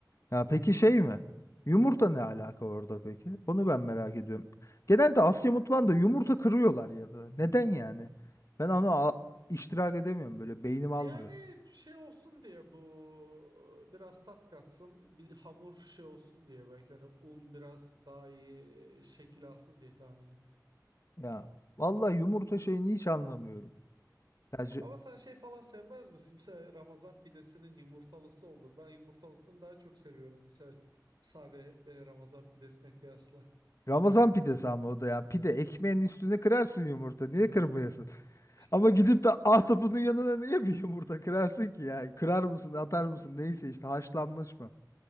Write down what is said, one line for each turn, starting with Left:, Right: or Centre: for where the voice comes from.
Left: Ya peki şey mi? Yumurta ne alaka orada peki? Onu ben merak ediyorum. Genelde Asya
Right: Ya
Left: mutfağında yumurta kırıyorlar ya da. Neden yani? Ben onu a- iştirak edemiyorum böyle beynim almıyor.
Right: Yani şey olsun diye bu e, biraz tat katsın bir hamur şey olsun diye belki hani un biraz daha iyi şekil alsın diye tahminim.
Left: Ya vallahi yumurta şeyini hiç anlamıyorum. Ya
Right: Ama sen şey falan sevmez misin? Mesela Ramazan pidesinin yumurtalısı olur. Ben yumurtalısını daha çok seviyorum misal sade e, Ramazan pidesine kıyasla.
Left: Ramazan pidesi ama o da ya. Pide ekmeğin üstüne kırarsın yumurta. Niye kırmayasın?
Right: <laughs>
Left: Ama gidip de ahtapotunun yanına niye bir yumurta kırarsın ki ya? Kırar mısın, atar mısın? Neyse işte haşlanmış mı?